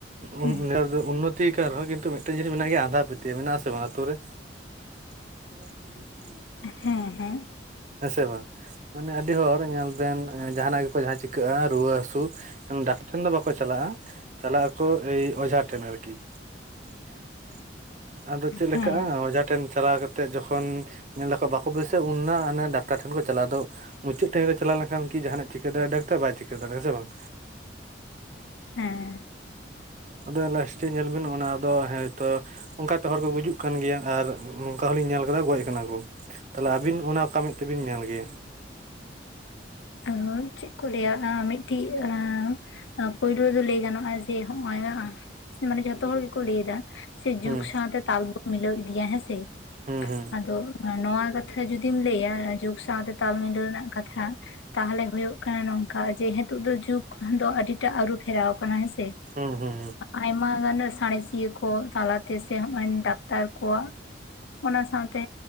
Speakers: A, on the left; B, on the right.
A: ᱦᱮᱸ
B: ᱩᱸᱱ-ᱩᱱ ᱩᱸᱱᱚᱛᱤ ᱠᱟᱱ ᱨᱮᱦᱚᱸ ᱠᱤᱱᱛᱩ ᱢᱤᱫᱴᱮᱱ ᱡᱤᱱᱤᱥ ᱢᱮᱱᱟᱜ ᱜᱮᱭᱟ ᱟᱸᱱᱫᱷᱟ ᱯᱟᱹᱛᱭᱟᱹᱣ ᱢᱮᱱᱟᱜᱼᱟ ᱟᱥᱮ ᱵᱟᱝ ᱟᱛᱳ ᱨᱮ ᱡ ᱠᱚ
A: ᱦᱮᱸ
B: <inaudible>
A: ᱦᱮᱸ
B: ᱦᱮᱸᱥᱮ ᱵᱟᱝ ᱢᱟᱱᱮ ᱟᱹᱰᱤ ᱦᱚᱲ ᱧᱮᱞ ᱵᱮᱱ ᱡᱟᱦᱟᱱᱟᱜ ᱜᱤ ᱠᱚ ᱡᱟᱦᱟᱸ ᱪᱤᱠᱟᱹᱜᱼᱟ ᱨᱩᱣᱟᱹ ᱦᱟᱹᱥᱩ ᱰᱟᱠᱴᱟᱨ ᱴᱷᱮᱱ ᱫᱚ ᱵᱟᱠᱩ ᱪᱟᱞᱟᱜᱼᱟ ᱪᱟᱞᱟᱜ ᱟᱠᱩ ᱟᱹᱭ ᱚᱡᱷᱟ ᱴᱷᱮᱱ ᱟᱨᱠᱤ <inaudible> ᱟᱫᱚ ᱪᱮᱫ ᱞᱮᱠᱟ
A: ᱦᱮᱸ
B: ᱚᱡᱷᱟ ᱴᱷᱮᱱ ᱪᱟᱞᱟᱣ ᱠᱟᱛᱮᱫ ᱮᱱᱛᱮ ᱡᱚᱠᱷᱚᱱ ᱧᱮᱞ ᱫᱟᱠᱚ ᱵᱟᱠᱚ ᱵᱟᱹᱥᱩᱟ ᱩᱱᱟ ᱟᱱᱮ ᱰᱟᱠᱴᱟᱨ ᱴᱷᱮᱱ ᱠᱚ ᱪᱟᱞᱟᱜᱼᱟ ᱟᱫᱚ ᱢᱩᱪᱟᱹᱫ ᱴᱟᱭᱤᱢ ᱨᱮ ᱪᱟᱞᱟᱣ ᱞᱮᱱ ᱠᱷᱟᱱ ᱠᱤ ᱡᱟᱦᱟᱱᱟᱜ ᱪᱤᱠᱟᱹ ᱫᱟᱲᱭᱟᱜ ᱰᱟᱠᱴᱨ ᱵᱟᱭ ᱪᱤᱠᱟᱹ ᱫᱟᱲᱮᱭᱟᱜᱼᱟᱸ ᱥᱮ ᱵᱟᱝ
A: ᱦᱮᱸ
B: ᱟᱫᱚ ᱞᱟᱥᱴᱤ ᱧᱮᱞ ᱵᱤᱱ ᱚᱱᱟ ᱟᱫᱚ ᱦᱮᱭᱛᱚ ᱚᱱᱠᱟ ᱛᱮ ᱦᱚᱲ ᱠᱩ ᱜᱩᱡᱩᱜ ᱠᱟᱱ ᱜᱮᱭᱟ ᱟᱨ ᱱᱚᱝᱠᱟ ᱦᱚᱞᱤᱧ ᱧᱮᱞ ᱟᱠᱟᱫᱟ ᱜᱚᱡ ᱟᱠᱟᱱᱟ ᱠᱚ ᱛᱟᱦᱞᱮ ᱟᱹᱵᱤᱱ ᱚᱱᱟ ᱚᱠᱟ ᱢᱮᱫ ᱛᱮᱵᱤᱱ ᱧᱮᱞ ᱠᱮᱭᱟ
A: ᱦᱳ ᱪᱮᱫ ᱠᱚ ᱞᱟᱹᱭ-ᱟ ᱢᱤᱫᱛᱤ-ᱟᱸ ᱯᱳᱭᱞᱳ ᱫᱚ ᱞᱟᱹᱭ ᱜᱟᱱᱚᱜᱼᱟ ᱡᱮ ᱱᱚᱜ ᱚᱭ ᱢᱟᱱᱮ ᱡᱷᱚᱛᱚ ᱦᱚᱲ ᱜᱮᱠᱚ ᱞᱟᱹᱭ ᱮᱫᱟ ᱥᱮ ᱡᱩᱜᱽ
B: ᱦᱩᱸ
A: ᱥᱟᱶᱛᱮ ᱛᱟᱞ ᱵᱚᱱ ᱢᱤᱞᱟᱹᱣ ᱤᱫᱤᱭᱟ ᱦᱮᱸᱥᱮ
B: ᱦᱩᱸ ᱦᱩᱸ
A: ᱟᱫᱚ ᱱᱚᱶᱟ ᱠᱟᱛᱷᱟ ᱡᱩᱚᱫᱤᱢ ᱞᱟᱹᱭᱟ ᱡᱩᱜᱽ ᱥᱟᱶᱛᱮ ᱛᱟᱞ ᱢᱤᱞᱟᱹᱣ ᱨᱮᱱᱟᱜ ᱠᱟᱛᱷᱟ ᱛᱟᱦᱚᱞᱮ ᱦᱩᱭᱩᱜ ᱠᱟᱱᱟ ᱱᱚᱝᱠᱟ ᱡᱮ ᱱᱤᱛᱚᱜ ᱫᱚ ᱡᱩᱜ ᱫᱚ ᱟᱹᱰᱤᱴᱟᱜ ᱟᱹᱨᱩ ᱯᱷᱮᱨᱟᱣ ᱟᱠᱟᱱᱟ ᱦᱮᱸ ᱥᱮ
B: ᱦᱩᱸ ᱦᱩᱸ
A: ᱟᱭᱢᱟ ᱜᱟᱱ ᱥᱟᱬᱮᱥᱤᱭᱟᱹ ᱠᱚ ᱛᱟᱞᱟᱛᱮ ᱥᱮ ᱦᱚᱸᱜᱼᱚᱭ ᱰᱟᱠᱴᱟᱨ ᱠᱚᱣᱟᱜ ᱚᱱᱟ ᱥᱟᱶ-ᱛᱮ